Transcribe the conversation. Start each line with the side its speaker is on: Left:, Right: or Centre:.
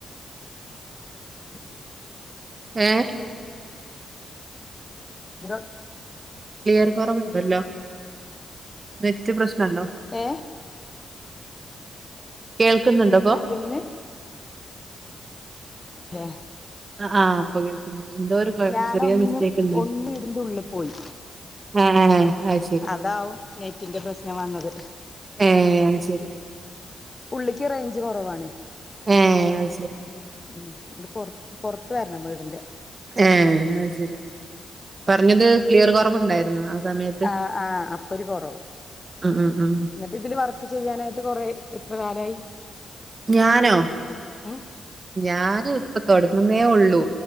Left: <unintelligible>
Right: ആഏ
Left: ഉ
Right: ക്ലിയർ കുറവുണ്ടല്ലോ നെത്യ പ്രശ്നം ല്ലോ
Left: ഏ
Right: കേൾക്കുന്നുണ്ടപ്പോ
Left: ഹസ്ബൻഡിന് െ <inaudible>
Right: ആ ഇപ്പൊ കേൾക്കുന്നുണ്ട് എന്തോ ഒരു
Left: ഞാനൊന്ന്
Right: ചെറിയ മിസ്റ്റേക്ക് ഉണ്ട്
Left: ഒന്ന് വീടിന്റെ ഉള്ളിൽ പോയി
Right: ആ ആ ശരി
Left: അതാവും നെറ്റിന്റെ പ്രശ്നം വന്നത്
Right: ഏ ശരി.
Left: ഉള്ളിക്ക് റേഞ്ച് കൊറവാണെ,
Right: ഏഹ് അത് ശരി
Left: ഉം ങ്ങട് പൊറത്ത് ത്തു വരണം വീടിന്റെ.
Right: ഏ അ ശരി പറഞ്ഞത് ക്ലിയർ കുറവുണ്ടായിരുന്നു ആ. സമയത്ത്
Left: ആ ആ അപ്പൊരു കൊറവ്
Right: ഉം ഉം ഉം
Left: എന്നിട്ട് ഇതില് വർക്ക് ചെയ്യാനായിട്ട് കൊറെ എത്ര കാലായി?
Right: ഞാനോ
Left: ഉം
Right: ഞാനിപ്പ തൊടങ്ങുന്നേ ഉള്ളൂ.